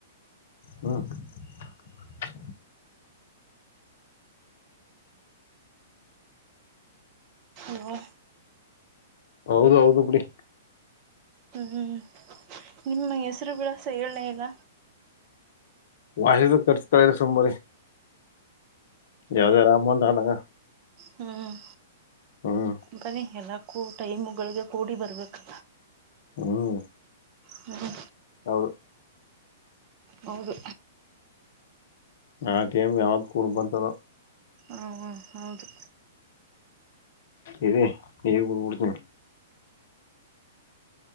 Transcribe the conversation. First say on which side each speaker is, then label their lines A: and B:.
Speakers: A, on the left (about 55°); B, on the right (about 35°).
A: ಹಾ ಟಕ್ ಟಕ್
B: ಯವ್ವ
A: ಹೌದು ಹೌದು ಬಿಡಿ.
B: ಹ್ಮ್ ನಿಮ್ಮ ಹೆಸರುಗಳ ಸೈರಣೆ ಇಲ್ಲ.
A: ಒಳೆದು ತರಿಸ್ತಾ ಇರಿ ಸುಮ್ಮನೆ. ಯಾವ್ದರ ಅಮೌಂಟ್ ಅದಾಗ.
B: ಹ್ಮ್
A: ಹ್ಮ್
B: ಬನ್ನಿ ಎಲ್ಲಕ್ಕೂ ಟೈಮು ಗಳಿಗೆ ಕೂಡಿ ಬರ್ಬೇಕು.
A: ಹ್ಮ್
B: ಹ್ಮ
A: ವೌದು
B: ಹೌದು
A: ಆ ಟೈಮ್ ಯಾವತ್ ಕೂಡ್ ಬಂತದೋ.
B: ಅವ ಹೌದು
A: ಇರಿ ಈಗ ಹೋಗ್ಬಿಡ್ತೀನಿ.